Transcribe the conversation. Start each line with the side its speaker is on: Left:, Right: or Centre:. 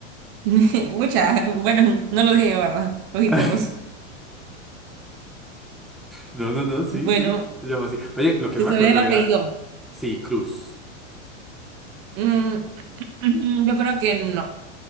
Right: una historia. <laughs> Mucha, bueno, no lo dije yo, ¿verdad? Lo dijiste
Centre: <laughs>
Right: vos.
Centre: No, no, no, sí,
Right: Bueno,
Centre: sí. Se llama así. Oye, lo que
Right: ¿te
Centre: no me
Right: sabes
Centre: acuerdo
Right: el apellido?
Centre: era. Sí, Cruz.
Right: Mm, <clears throat> yo creo que no.